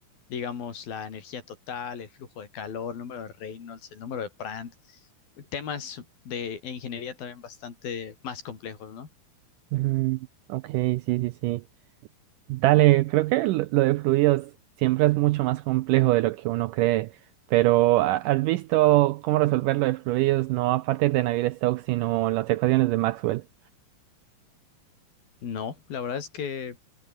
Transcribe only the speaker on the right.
Mm, ok, sí, sí, sí. Dale, creo que lo lo de fluidos siempre es mucho más complejo de lo que uno cree, pero ¿ha- ¿has visto cómo resolver lo de fluidos no a partir de Navier-Stokes, sino las ecuaciones de Maxwell?